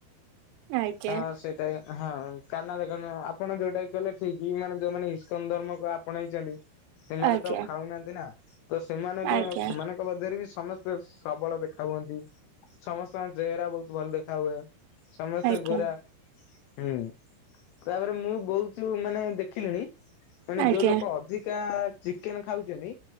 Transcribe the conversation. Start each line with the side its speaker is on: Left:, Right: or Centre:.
Right: ଆଜ୍ଞା
Left: ହଁ, ସେଇଟା ବି ହଁ କାରଣା, ଦେଖନ୍ତୁ, ଆପଣ ଯୋଉଟା କି କହିଲେ ଠିକ୍। ମାନେ, ଯୋଉମାନେ ଇସ୍କନ ଧର୍ମକୁ ଆପଣେଇଛନ୍ତି ସେମାନେ
Right: ଆଜ୍ଞା
Left: ତ ଖାଉନାହାନ୍ତି ନା, ତ ସେମାନେ ଏବେ,
Right: ଆଜ୍ଞା
Left: ସେମାନେ ମଧ୍ୟରେ ବି, ସମସ୍ତେ ସବଳ ଦେଖା ହୁଅନ୍ତି। ସମସ୍ତଙ୍କ ଚେହେରା ବହୁତ ଭଲ ଦେଖା ହୁଏ। ସମ ସ୍ତେ
Right: ଆଜ୍ଞା
Left: ଗୋରା। ହୁଁ। ତାପରେ, ମୁଁ ବହୁତୁ, ମାନେ, ଦେଖିଲିଣି ମାନେ,
Right: ଆଜ୍ଞା
Left: ଯୋଉ ଲୋକ ଅଧିକା ଚିକେନ୍ ଖାଉଛନ୍ତି,